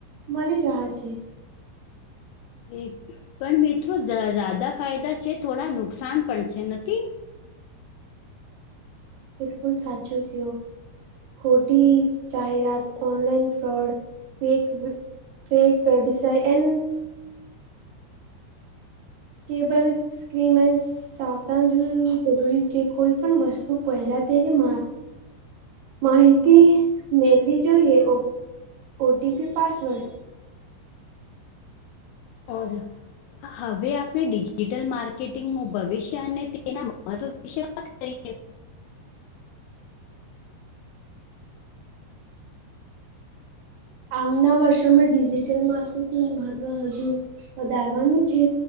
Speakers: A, on the right; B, on the left.
A: મળી રહ્યા છે.
B: એક પણ મિત્રોઝદા ફાયદા છે થોડા નુકસાન પણ છે નથી.
A: બિલકુલ સાચુ કયો. ખોટી જાહેરાત online fraud fake fake website and cyber સ્ક્રીમેન્સ સાવધાન જોવ જરૂરી છે કોઈ પણ વસ્તુ પહેલા તેને મા માહિતી મેળવી જોઈએ ઓ ઓટીપી પાસવર્ડ
B: અર. હવે આપણે ડિજિટલ માર્કેટિંગનું ભવિષ્ય અને તેના મહત્વ વિશે વાત કરીએ.
A: આમના વર્ષોમાં ડિજિટલ માર્કેટનું મહત્વ હજુ વધારવાનું છે.